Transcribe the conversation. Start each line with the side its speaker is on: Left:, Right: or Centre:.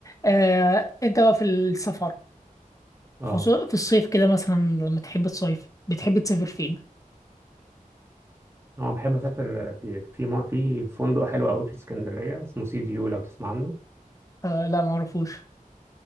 Left: آه، انت بقى في السفر
Right: اه
Left: خصوصا في الصيف كده مثلا لما تحب تصيف بتحب تسافر فين
Right: انا بحب اسافر في في م- في فندق حلو قوي في اسكندرية اسمه سي فيو لو تسمع عنه
Left: آه لا ما اعرفوش